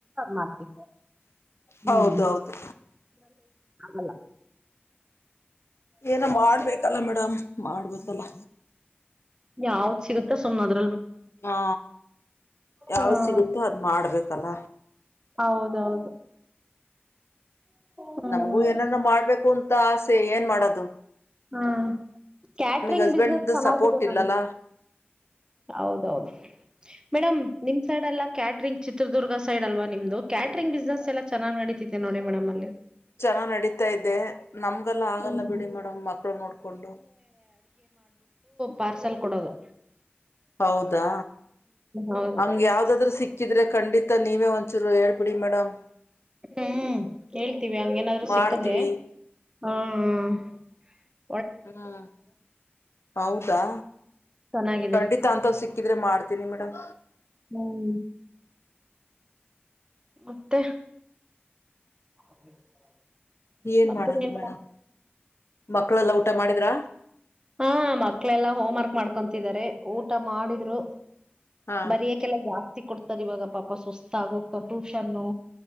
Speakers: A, on the right; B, on the left.
A: ಮಾಡ್ತೀ ಹ್ಮ್
B: ಹೌದೌದು
A: ಅಲ್ಲ
B: ಏನ ಮಾಡ್ಬೇಕಲ್ಲ ಮೇಡಮ್ ಮಾಡ್ಬತ್ತಲ್ಲ
A: ಯಾವತ್ ಸಿಗುತ್ತಾ ಸುಮ್ನದ
B: ಹಾ ಯಾವ
A: ಹ್ಮ್
B: ಸಿಗುತ್ತೋ ಅದ್ ಮಾಡ್ಬೇಕಲ್ಲ
A: ಹೌದೌದು ಹ್ಮ್
B: ನಮ್ಗೂ ಏನಾನ ಮಾಡ್ಬೇಕು ಅಂತ ಆಸೆ ಏನ್ ಮಾಡದು
A: ಹಾ ಕ್ಯಾಟಂಗ್
B: ಹಸ್ಬೆಂಡ್
A: ಬಿಸ್ನೆಸ್ ಚನ್ನಾಗಿದೆ
B: ಸಪೋರ್ಟ್
A: ನ
B: ಇಲ್ಲಲ್ಲ
A: ಹೌದೌದು ಮೇಡಮ್ ನಿಮ್ ಸೈಡ್ ಎಲ್ಲ ಕ್ಯಾಟ್ರಂಗ್ ಚಿತ್ರದುರ್ಗ ಸೈಡ್ ಅಲ್ವಾ ನಿಮ್ದು ಕ್ಯಾಟ್ರಂಗ್ಿಸ್ನೆಸ್ ಎಲ್ಲ ಚೆನ್ನ್ ನಡಿತತಿತೆ ನೋ ಡಿ ಮೇಡಮ್ ಅಲ್ಲಿ
B: ಚನ್ನ ನಡೀತಾ ಇಡೀ ನಮ್ಗೆಲ್ಲ ಆಗಲ್ಲ
A: ಹ್ಮ್
B: ಬಿಡಿ ಮೇಡಮ್ ಮಕ್ಳು ನೋಡ್ಕೊಂಡು
A: ಪಾರ್ಸೆಲ್ ಕೊಡೋದು
B: ಹೌದಾ
A: ಹೌದು
B: ಹಂಗ ಯಾವ್ದಾದ್ರು ಸಿಕ್ಕಿದ್ರೆ ಖಂಡಿತ ನೀವೇ ಒಂದ್ಸೂರು ಹೇಳ್ಬಿಡಿ ಮೇಡಮ್
A: ಹ್ಮ್ ಹೇಳ್ತೀವಿ ಹಂಗೇನಾದ್ರು
B: ಮಾಡ್ತೀವಿ
A: ಸಿಕ್ಕದ್ರೆ ಹ್ಮ ಹ್ಮ
B: ಹ್ಮ ಹೌದಾ
A: ಚೆನ್ನಾಗಿದೆ
B: ಖಂಡಿತ ಅಂತ್ ಸಿಕ್ಕಿದ್ರೆ ಮಾಡ್ತೀನಿ ಮೇಡಮ್
A: ಹ್ಮ್ ಮತ್ತೆ <inaudible>
B: ಏನ್
A: ಮತ್ತೆ
B: ಮಾಡದು
A: ನೀನು
B: ಮೇಡಮ್ ಮಕ್ಳೆಲ್ಲ ಊಟ ಮಾಡಿದ್ರ
A: ಹಾ ಮಕ್ಳೆಲ್ಲಾ ಹೋಮ್ ವರ್ಕ್ ಮಾಡ್ಕೊತಿದಿದ್ದಾರೆ ಊಟ ಮಾಡಿದ್ರು
B: ಹಾ
A: ಬರಿಯಕ್ಕೆೆಲ್ಲ ಜಾಸ್ತಿ ಕೊಡ್ತಾರ್ ಇವಾಗ ಪಾಪ ಸುಸ್ತಾಗೋಗ್ತಾವ ಟ್ಯೂಷನ್ನು